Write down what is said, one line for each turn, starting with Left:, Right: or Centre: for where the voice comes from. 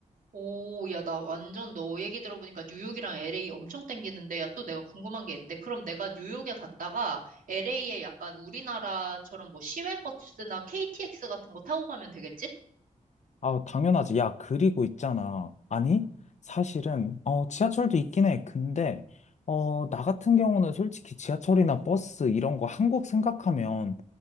Right: 오, 야, 나 완전 너 얘기 들어보니까 뉴욕이랑 LA 엄청 땡기는데, 야, 또 내가 궁금한 게 있는데, 그럼 내가 뉴욕에 갔다가 LA에 약간 우리나라처럼 뭐 시외버스나 KTX 같은 거 타고 가면 되겠지?
Left: 아, 당연하지. 야, 그리고 있잖아. 아니, 사실은, 어, 지하철도 있긴 해. 근데, 어, 나 같은 경우는 솔직히 지하철이나 버스 이런 거 한국 생각하면,